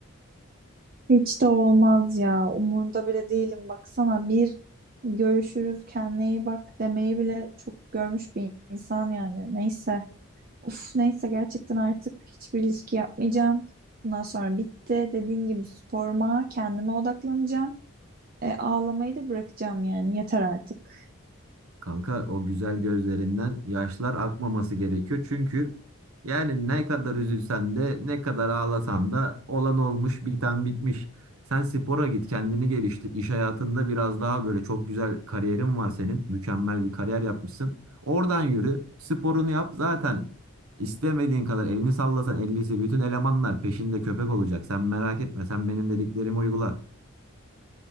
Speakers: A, on the right (about 40°); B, on the right (about 85°).
A: Hiç de olmaz ya. Umurunda bile değilim. Baksana bir görüşürüz kendine iyi bak demeyi bile çok görmüş bir insan yani. Neyse. Uf neyse gerçekten artık hiçbir ilişki yapmayacağım. Bundan sonra bitti. Dediğin gibi sporuma, kendime odaklanacağım. E, ağlamayı da bırakacağım yani. Yeter artık.
B: Kanka o güzel gözlerinden yaşlar akmaması gerekiyor. Çünkü yani ne kadar üzülsen de ne kadar ağlasan da olan olmuş biten bitmiş. Sen spora git kendini geliştir. İş hayatında biraz daha böyle çok güzel kariyerin var senin. Mükemmel bir kariyer yapmışsın. Oradan yürü sporunu yap zaten istemediğin kadar elini sallasan ellisi bütün elemanlar peşinde köpek olacak. Sen merak etme sen benim dediklerimi uygula.